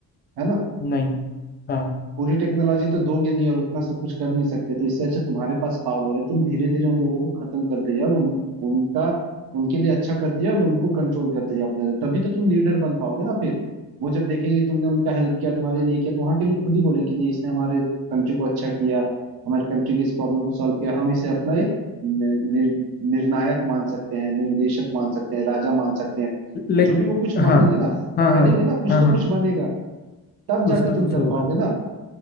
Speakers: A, on the right; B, on the left.
A: है ना
B: नहीं हाँ
A: पूरी टेक्नोलॉजी तो दोगे नहीं और उतना सब कुछ कर नहीं सकते तो इससे अच्छा तुम्हारे पास पावर है तुम धीरे धीरे उन लोगों को खत्म करते जाओ और उन, उनका उनके लिए अच्छा करते जाओ और उनको कंट्रोल करते जाओ अपने अंदर। तभी तो तुम लीडर बन पाओगे ना फिर वो जब देखेंगे तुमने उनका हेल्प किया तुम्हारे लिए किया तो वहां के लोग खुद ही बोलेंगे कि नहीं इसने हमारे कंट्री को अच्छा किया हमारे कंट्री की इस प्रॉब्लम को सॉल्व किया हम इसे अपना एक नि- निर, निर्णायक मान सकते हैं निर्देशक मान सकते हैं राजा मान सकते हैं
B: ले
A: जो भी वो कुछ मानेंगे
B: हाँ
A: ना
B: हाँ हाँ
A: करेंगे
B: हाँ
A: ना कुछ
B: हाँ
A: तो
B: हाँ,
A: कुछ बनेगा तब
B: कुछ
A: जाके
B: ना
A: तुम
B: कुछ
A: कर
B: होगा
A: पाओगे ना